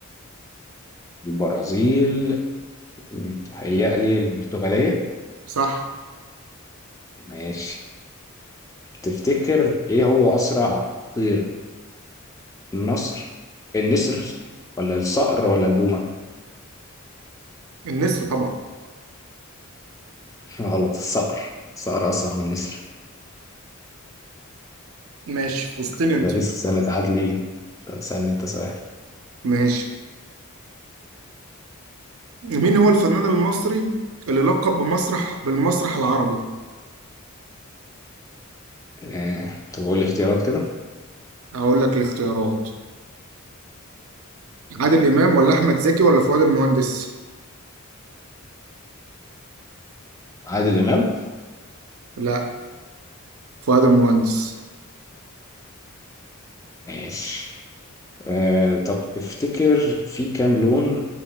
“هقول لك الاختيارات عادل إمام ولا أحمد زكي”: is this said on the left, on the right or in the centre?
Right